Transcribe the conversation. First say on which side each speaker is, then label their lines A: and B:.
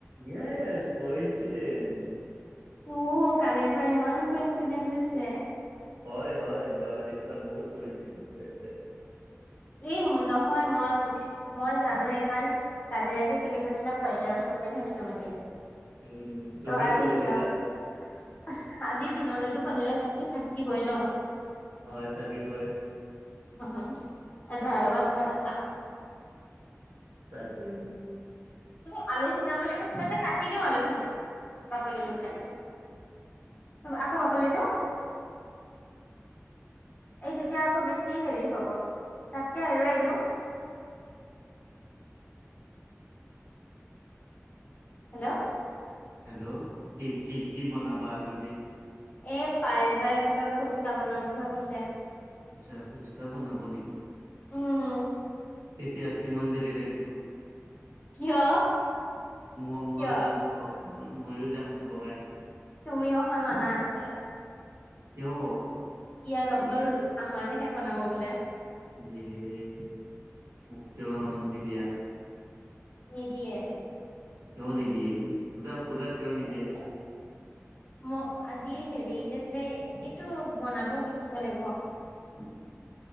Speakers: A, on the right (about 80°); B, on the left (about 30°).
A: এছ গো এনছদেন।
B: অ', কালিৰ পৰা ইমান গোইনঞ্চিডেজ হৈছে।
A: হয়', হয়', যোৱাকালিৰ পৰা বহুত গোইনঞ্চিডেজ হৈ আছে।
B: এই নহয় মই। মই জানো এই কাৰণ, কালি ৰাতি তুমি কৈছিলা পনিৰেৰ চব্জি খাইছো বুলি।
A: উম তুমিওতো
B: ত' আজিৰ
A: কৈছিলা
B: দিনত আজিৰ দিনলেতো পনীৰৰ চব্জি থাকিবই ন'।
A: হয়', থাকিবই।
B: উম', আৰু তাৰ লগত পৰঠা।
A: তাকেই।
B: তুমি আলু সিজাম বুলি কৈছিলা যে কাটি দিওঁ, আলু খিনি বাকলি গুচাই। ত' আকৌ বাকলি টো এই তেতিয়া আকৌ বেছি হেৰি হ'ব, তাতকে এৰুৱাই দিওঁ। হেল্ল'
A: হেল্ল' কি- কি- কি বনাবা আলু দি?
B: এ' পাইল বাই কিবা ফোচকা বনোৱাৰ কথা কৈছে।
A: আচ্ছা ফোচকা বনাব নেকি?
B: উম',।
A: কেতিয়া কিমান দেৰি লাগিব।
B: কিয়?
A: ম'- ময়ো
B: কিয়
A: যাম খাবৰ কাৰণে, ময়ো যাম খাবৰ কাৰণে।
B: তুমি অহা মানা আছে।
A: কিয়?
B: ইয়াত অকল আমালেহে বনাব বোলে।
A: এই মোক কিয় নিদিয়া?
B: নিদিয়ে।
A: কিয় নিদিয়ে, খুদা খুদা কিয় নিদিয়ে?
B: মই আজি হেৰি কৈছিলে এইটো বনাব শিকিব লাগিব।
A: উ